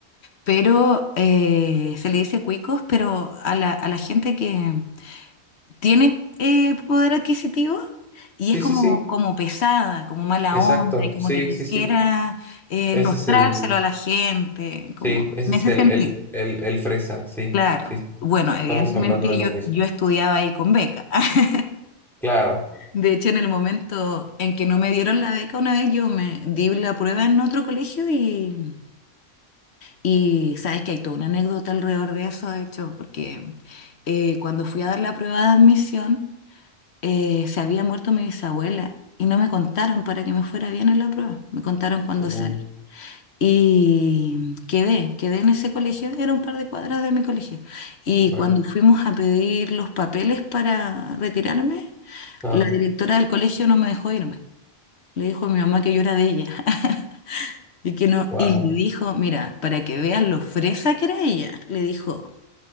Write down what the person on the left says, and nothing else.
pero eh, se le dice cuicos, pero a la, a la gente que tiene eh, poder adquisitivo y
es como,
como pesada, como mala
onda y como
que quisiera
eh,
enrostrárselo
a la gente,
como
en
ese
sentido,
claro.
Bueno, evidentemente
yo,
yo estudiaba ahí con beca. <laughs>
De hecho, en el momento en que no me dieron la beca una vez, yo me di la prueba en otro colegio y, y sabes que hay toda una anécdota alrededor de eso, de hecho, porque eh, cuando fui a dar la prueba de admisión, eh, se había muerto mi bisabuela y no me contaron para que me fuera bien en la prueba, me contaron cuando
salí. Y quedé, quedé en ese colegio, era un par de cuadras de mi colegio. Y
cuando fuimos a pedir los papeles para retirarme,
la directora del colegio no me dejó irme. Le dijo a mi mamá que yo era de ella. <laughs> Y que no,
y le dijo, mira, para que vean lo fresa que era ella, le dijo,